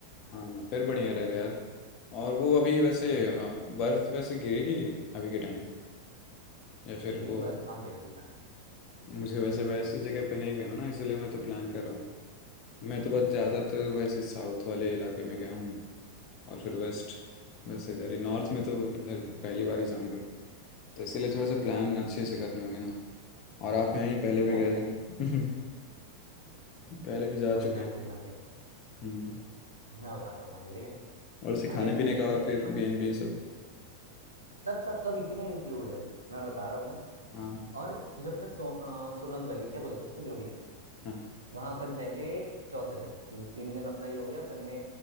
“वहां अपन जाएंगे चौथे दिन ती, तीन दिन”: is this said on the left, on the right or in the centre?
Right